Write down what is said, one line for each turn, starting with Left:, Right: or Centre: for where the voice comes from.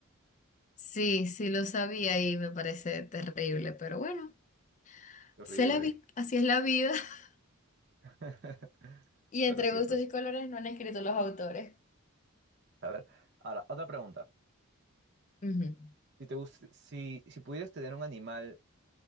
Left: sí, sí lo sabía y me parece terrible, pero bueno,
Right: Horrible.
Left: se la vi, así es la vida. <laughs>
Right: <laughs>
Left: Y
Right: Pero
Left: entre
Right: sí,
Left: gustos
Right: pues.
Left: y colores no han escrito los autores.
Right: A ver, ahora, otra pregunta.
Left: Ujú.
Right: Si te gust- si, si pudieras tener un animal